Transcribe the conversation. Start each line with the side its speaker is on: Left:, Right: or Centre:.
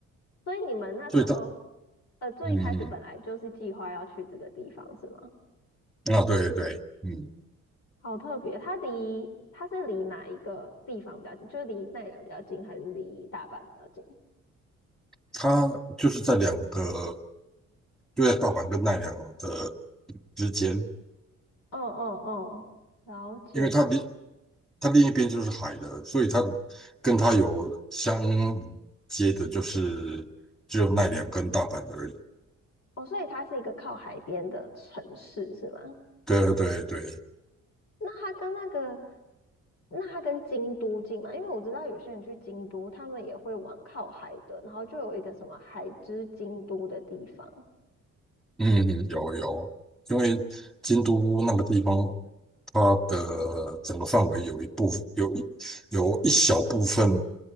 Left: 所以你们那时候，
Centre: 所以它，
Left: 呃，最一开始本来就是计划要去这个地方是吗？
Centre: 嗯嗯，啊，对对，嗯，
Left: 好特别，它离它是离哪一个地方比较近？就是离奈良比较近，还是离大阪比较近？
Centre: 它就是在两个。就在大阪跟奈良的之间，
Left: 嗯嗯嗯，了解，
Centre: 因为它另它另一边就是海了，所以它跟它有相接的，就是只有奈良跟大阪而已。
Left: 哦，所以它是一个靠海边的城市是吗？
Centre: 对对对，
Left: 那它跟那个，那它跟京都近吗？因为我知道有些人去京都，他们也会往靠海的，然后就有一个什么海之京都的地方。
Centre: 嗯哼，有有，因为京都那个地方，它的整个范围有一部分有一有一小部分